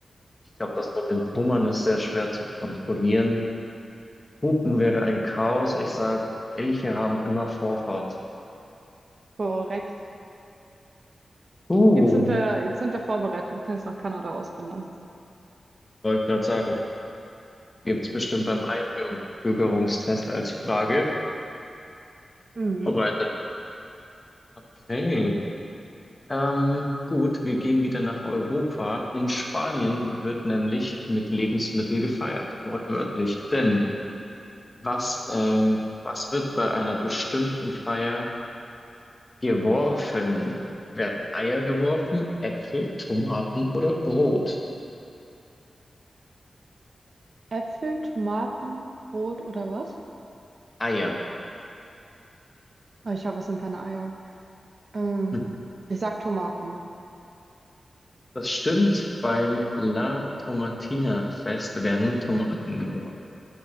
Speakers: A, on the left; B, on the right.
A: Ich glaube, das mit den Hummern ist sehr schwer zu kontrollieren. Hupen wäre ein Chaos. Ich sage, Elche haben immer Vorfahrt.
B: Korrekt.
A: Uh,
B: Jetzt sind wir, jetzt sind wir vorbereitet. Wir können jetzt nach Kanada auswandern.
A: wollte gerade sagen, gibt's bestimmt beim Einbürgerungstest als Frage.
B: Mhm.
A: Vorbereitet. Okay. Ähm, gut, wir gehen wieder nach Europa. In Spanien wird nämlich mit Lebensmittel gefeiert, wortwörtlich. Denn was, ähm, was wird bei einer bestimmten Feier geworfen? Werden Eier geworfen, Äpfel, Tomaten oder Brot?
B: Äpfel, Tomaten, Brot oder was?
A: Eier.
B: Oh, ich habe es sind keine Eier. Ähm,
A: Hm.
B: ich sag Tomaten.
A: Das stimmt, beim La Tomatina Fest werden Tomaten geworfen.